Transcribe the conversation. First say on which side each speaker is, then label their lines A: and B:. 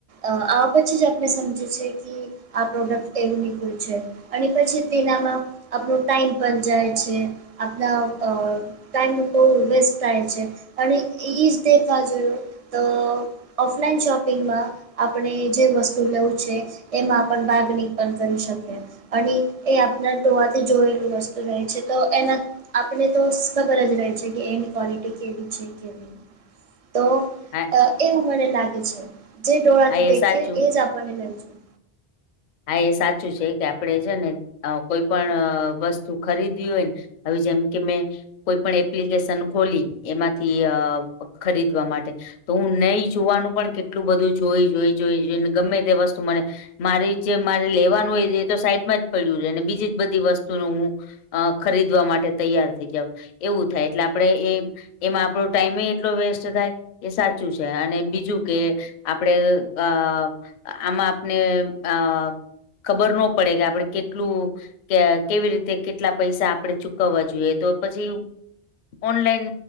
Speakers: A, on the right (about 50°); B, on the left (about 55°).
A: આવા પછી જ આપણે સમજી છે કે આ પ્રોડક્ટ એવું નીકળ્યું છે. અને પછી તેનામાં આપણ ટાઈમ પણ જાય છે આપણા અ ટાઈમ બહુ વેસ્ટ થાય છે અને એ જ દેખવા જો તો ઓફલાઈન શોપિંગમાં આપણે જે વસ્તુ લેવું છે એમાં બાગણી <unintelligible> પણ કરી શકીએ. અને એ આપણા ટોવાથી જોયેલું હશે. રહે છે તો એના આપણે તો ખબર જ રહે છે કે એની ક્વોલિટી કેવી છે કેવી <inaudible> તો
B: હા
A: અ એવું મને લાગે છે જે ડોળાથી
B: હા એ
A: દેખે
B: સાચું
A: એજ આપણને લઈ જાય
B: હા એ સાચું છે કે આપડે છે ને કોઈ પણ વસ્તુ ખરીદીવી હોયન હવે જેમ કે મેં, કોઈપણ એપ્લિકેશન ખોલી એમાંથી અ ખરીદવા માટે તો હું નહી જોવાનું પણ કેટલું બધું જોઈ જોઈ જોઈ જોઈન ગમે તે વસ્તુ મને મારી જે મારે લેવાનું હોય એ તો સાઈડમાં જ પડ્યું રહેે ને બીજી જ બધી વસ્તુનું હું અ ખરીદવા માટે તૈયાર થઈ જાવ એવું થાય એટલે આપડે એ એમાં આપણો ટાઈમે એટલો વેસ્ટ થાય એ સાચું છે અને બીજું કે આપડે અ આમાં આપણે અ ખબર નો પડે કે આપડે કેટલું કે કેવી રીતે કેટલા પૈસા આપડે ચુકવવા જોઈએ તો પછી ઓનલાઈન